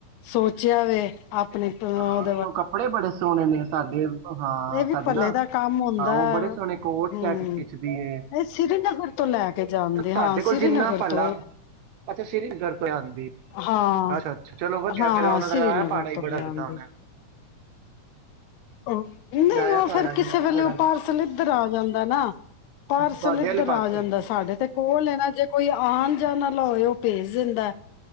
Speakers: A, on the left; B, on the right.
A: ਸੋਚਿਆ ਵੇੰ ਆਪਣੇ ਐ <unintelligible>
B: ਹਾਂ ਨਹੀਂ ਉਹ ਕੱਪੜੇ ਬੜੇ ਸੋਹਣੇ ਨੇ, ਸਾਡੇ ਹਾਂ
A: ਇਹ ਵੀ
B: ਸਾਡੇ
A: ਭੱਲੇ
B: ਨਾ
A: ਦਾ ਕੰਮ ਹੁੰਦਾ
B: ਹਾਂ ਉਹ ਬੜੇ
A: ਹੈ।
B: ਸੋਹਣੇ ਕੋਟ
A: ਹੂੰ
B: ਸੈਟ ਖਿੱਚਦੀ ਐ,
A: ਇਹ ਸ੍ਰੀਨਗਰ ਤੋਂ ਲੈ ਕੇ ਜਾਂਦੇ ਹਾਂ
B: ਸਾਡੇ ਕੋਲ
A: ਸ੍ਰੀਨਗਰ
B: ਜਿੰਨਾ ਪਲਾ
A: ਤੋਂ
B: ਅੱਛਾ ਸ੍ਰੀਗਰ ਤੋਂ ਆਂਦੀ
A: ਹਾਂ
B: ਅਛਾ- ਅੱਛਾ ਚਲੋ ਵਦੀਆ
A: ਹਾਂ
B: ਅਗੇ ਰਾਅ
A: ਹਾਂ
B: ਨਜਰ
A: ਸ੍ਰੀਨਗਰ
B: ਆਯਾ ਪਾੜਾ
A: ਤੋਂ
B: ਬੜਾ
A: ਲਿਆਂਦੀ
B: ਵਦੀਆਂ ਕੋਣ ਐ
A: ਨਹੀਂ
B: ਜਾਇਆ
A: ਉਹ
B: ਪਹਾੜਾ
A: ਫੇਰ,
B: ਵੀ
A: ਕਿਸੇ
B: ਮੈਂ ਕਿਹਾ
A: ਵੇਲੇ
B: ਬੜਾ
A: ਉਹ ਪਾਰਸਲ ਇੱਧਰ ਆ ਜਾਂਦਾ ਨਾ, ਪਾਰਸਲ
B: ਅੱਛਾ ਤੁਹਾਡੇ
A: ਇੱਧਰ
B: ਆਲੇ
A: ਆ
B: ਪਾਸੇ
A: ਜਾਂਦਾ। ਸਾਡੇ ਤੇ ਕੋਲ ਨਾ ਜੇ ਕੋਈ ਆਣ ਨਾ ਲਾ ਹੋਏ ਉਹ ਭੇਜ ਦਿੰਦਾ।